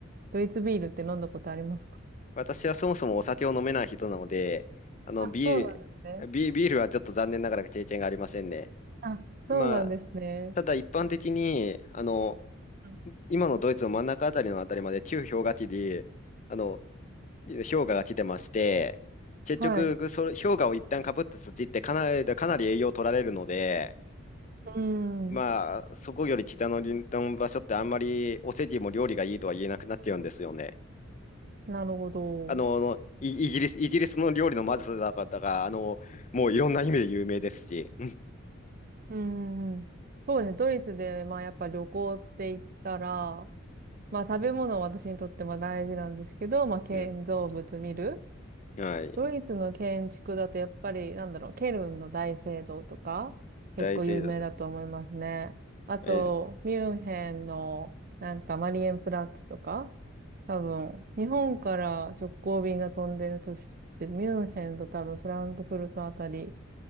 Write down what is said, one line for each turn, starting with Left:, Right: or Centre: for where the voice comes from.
Right: ドイツビールって飲んだことありますか
Left: 私はそもそもお酒を飲めない人なので、あの、
Right: あ、
Left: ビール、
Right: そうなんですね。
Left: ビ、ビールはちょっと残念ながら経験がありませんね。
Right: あ、
Left: まあ、
Right: そうなんですね。
Left: ただ一般的に、あの、
Right: うん
Left: 今のドイツの真ん中あたりのあたりまで旧氷河期で、あの、氷河が来てまして、結局、
Right: はい。う
Left: それ氷河を一旦かぶった土ってかなり、かなり栄養を取られるので、
Right: ーん、
Left: まあ、そこより北の林道の場所ってあんまりお世辞も料理がいいとは言えなくなっちゃうんですよね。
Right: なるほど。
Left: あの、
Right: う
Left: イイギリス、イギリスの料理のまずさだから、あの、もういろんな意味で有名ですし。
Right: んうんうん、そうですね。ドイツで、まあ、やっぱ旅行って言ったら、まあ食べ物は私にとってまあ大事なんですけど、まあ建造物見る。
Left: うん。はい。
Right: ドイツの建築だとやっぱりなんだろう、ケルンの大聖堂とか結構有名だと思いますね。
Left: 大聖堂。
Right: あと、
Left: えー、
Right: ミュンヘンのなんかマリエンプラッツとか、多分日本から直行便が飛んでるとして、ミュンヘンと多分フランクフルトあたり